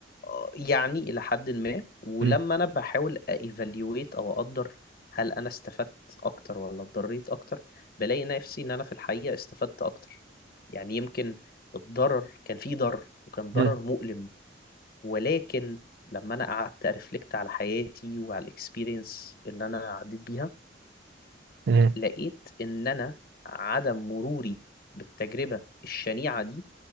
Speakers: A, on the left; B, on the right.
A: آه، يعني الى حد ما ولما
B: مم.
A: انا بحاول ايفاليويت او اقدر هل انا استفدت اكتر ولا اتضريت اكتر بلاقي نفسي ان انا في الحقيقة استفدت اكتر يعني يمكن الضرر كان فيه ضرر وكان ضرر
B: مم.
A: مؤلم ولكن لما انا قعدت ارفلكت على حياتي وعلى الاكسبيرينس اللي انا عديت بيها
B: مم.
A: لقيت ان انا عدم مروري بالتجربة الشنيعة دي